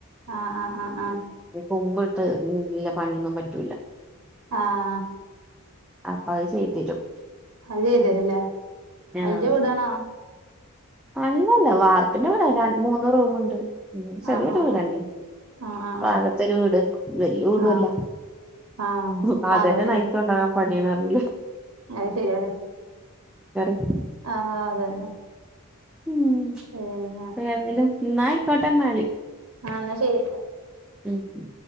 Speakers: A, on the right; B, in the centre.
A: ആഹ് ആഹ് ആഹ് ആഹ്.
B: കുമ്പിട്ട് ഇല്ല പണിയൊന്നും പറ്റൂല്ല.
A: ആഹ്.
B: അപ്പൊ അത് ചെയ്തിരും.
A: അത് ചെയ്യത് തരൂല്ലേ,
B: ആഹ്
A: വല്ല്യ വീടാണോ?
B: അല്ലല്ല, വാർപ്പിന്റെ വീടാ ര മൂന്ന് റൂമുണ്ട്. ഉം
A: ആഹ്
B: ചെറിയൊരു
A: ആഹ്
B: വീടണെ
A: ആഹ് ആഹ്
B: പാകത്തൊരു വീട് വല്യ വീടുംവല്ല.
A: ആഹ് ആഹ് ആഹ്
B: ഉവ്വ്
A: പാകത്തിന്
B: അതന്നെ നയിച്ചോണ്ടാകാം. പണിയണാരുനെകിൽ
A: അത് ശരിയാല്ലേ
B: <unintelligible>
A: ആഹ് അതന്നെ.
B: ഉം
A: പിന്നെ
B: ഏതായാലും എന്നാ ആയിക്കോട്ടെന്നാല്.
A: ആഹ് എന്നാ ശരി.
B: ഉം ഉം.